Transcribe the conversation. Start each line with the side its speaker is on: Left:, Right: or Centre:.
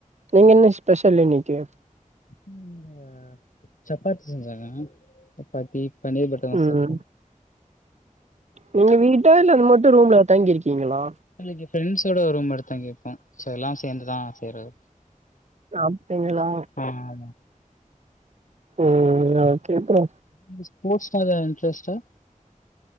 Right: நீங்க என்ன ஸ்பெஷல் இன்னைக்கு
Left: இங்க சப்பாத்தி சென்சங்க சப்பாத்தி பன்னீர் பட்டர் மசாலா
Right: ம் நீங்க வீட்டா இல்ல அது மட்டும் ரூம்ல தங்கிருக்கீங்களா
Left: இல்ல இங்க ஃப்ரெண்ட்ஸோட ரூம் எடுத் தங்கிருகோ சோ எல்லாம் சேந்துதான் செய்றது
Right: அப்டிங்களா
Left: ஆ ஆமா.
Right: உம் ஓகே ப்ரோ
Left: நீங்க ஸ்போர்ட்ஸ் ஏதா இன்டரெஸ்டா